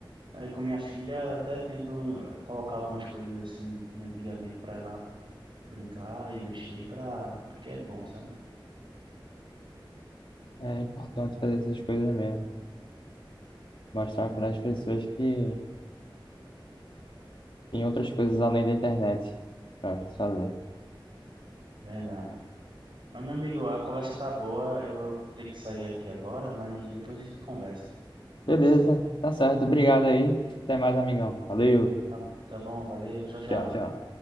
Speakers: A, on the right; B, on the left.
A: é, com minha filha, até tento eh, colocar algumas coisas assim de antigamente para ela brincar e mexer para porque é bom, sabe?
B: É importante fazer essas coisas mesmo. Mostrar
A: É,
B: para as pessoas que tem outras coisas além da internet para fazer.
A: verdade. Mas, meu amigo, a conversa tá boa, eu vou ter que sair aqui agora, mas depois a gente conversa. Pode
B: Beleza,
A: ser?
B: tá certo. Obrigado aí. Até mais, amigão. Valeu.
A: Tá tá bom, valeu, tchau, tchau.
B: Tchau, tchau.